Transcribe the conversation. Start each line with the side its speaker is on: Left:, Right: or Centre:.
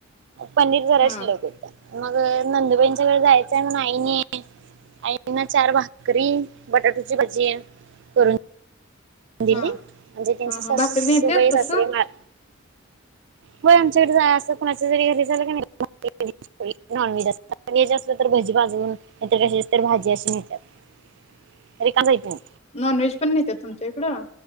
Right: पनीर जरा
Left: हा
Right: शिल्लक होतं. मग नंदुबाईंच्याकडे जायचंय मग आईने आईंना चार भाकरी बटाट्याची भजी करून दिली
Left: हा.
Right: म्हणजे त्यांचे
Left: ह हा
Right: सास्सूबाई
Left: भाकरी नेत्यात तसं
Right: सासरे माळ व्हय आमच्याकडे जायचं कुणाच्यातरी घरी झालं का नाही <unintelligible> नॉन व्हेज अस <unintelligible> असलं तर बुरजी भाजून नाहीतर कशाची तर भाजी अशी नेतात रिका जाईत नाही.
Left: नॉन व्हेज पण नेत्यात तुमच्या इकडं?